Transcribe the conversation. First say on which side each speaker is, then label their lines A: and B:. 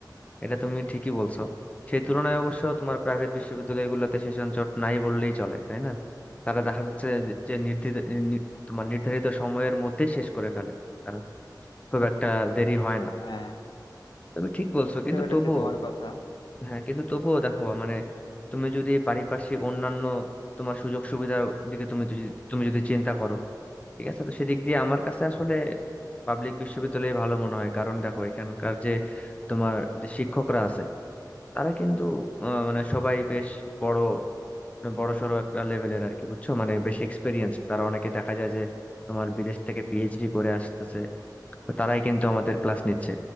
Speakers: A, on the left (about 20°); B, on the left (about 80°).
A: এটা তুমি ঠিকই বলছো সেই তুলনায় অবশ্য তোমার প্রাইভেট বিশ্ববিদ্যালয়গুলোতে সেশন জট নাই বললেই চলে তাই না তারা দেখা যাচ্ছে যে যে নির্ধারিত নি- তোমার নির্ধারিত সময়ের মধ্যেই শেষ করে ফেলে তারা খুব একটা দেরি হয় না
B: হ্যাঁ
A: তুমি ঠিক বলছো
B: বুঝতে
A: কিন্তু
B: পেরেছি
A: তবুও
B: তোমার কথা
A: হ্যাঁ কিন্তু তবুও দেখো মানে তুমি যদি পারিপার্শ্বিক অন্যান্য তোমার সুযোগ সুবিধার দিকে তুমি যদি তুমি যদি চিন্তা করো ঠিক আছে তো সেদিক দিয়ে আমার কাছে আসলে পাবলিক বিশ্ববিদ্যালয় ভালো মনে হয় কারণ দেখো এখানকার যে তোমার যে শিক্ষকরা আছে তারা কিন্তু আহ, মানে সবাই বেশ বড় বড়সড় একটা লেভেলের আর কি বুঝছো মানে বেশ এক্সপিরিয়েন্স তারা অনেকে দেখা যায় যে তোমার বিদেশ থেকে পিএইচডি করে আসতেছে তো তারাই কিন্তু আমাদের ক্লাস নিচ্ছে